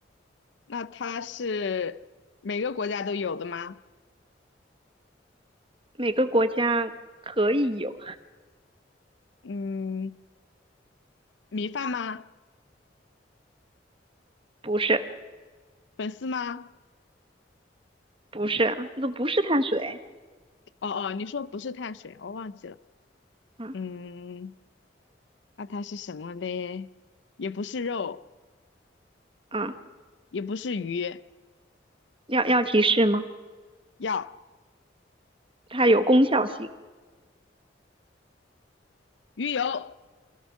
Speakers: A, on the left; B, on the right.
A: 那它是每个国家都有的吗？
B: 每个国家可以有，
A: 嗯，米饭吗？
B: 不是，
A: 粉丝吗？
B: 不是啊，那不是碳水，
A: 哦哦，你说不是碳水，我忘记了。
B: 嗯
A: 嗯，那它是什么嘞？也不是肉，
B: 嗯，
A: 也不是鱼，
B: 要要提示吗？
A: 要
B: 它有功效性，
A: 鱼油。